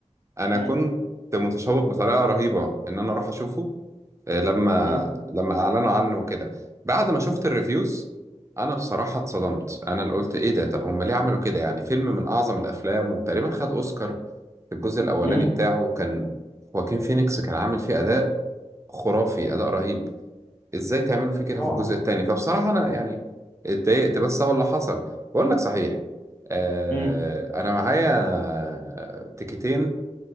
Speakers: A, on the right (about 25°); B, on the left (about 15°).
A: أنا
B: امم
A: كنت متشوق بطريقة رهيبة إن أنا أروح أشوفه آه، لما
B: امم
A: لما اعلنوا عنه وكده بعد ما شفت الريفيوز انا بصراحة اتصدمت انا اللي قلت ايه ده طب هم ليه عملوا كده يعني فيلم من اعظم الافلام وتقريبا خد اوسكار في الجزء الاولاني
B: امم
A: بتاعه كان خواكين فينيكس كان عامل فيه اداء خرافي اداء رهيب ازاي تعملوا فيه كده
B: طبعا
A: في الجزء الثاني فبصراحة انا يعني اتضايقت بس هو اللي حصل بقول لك صحيح آه،
B: امم
A: انا معايا تيكتين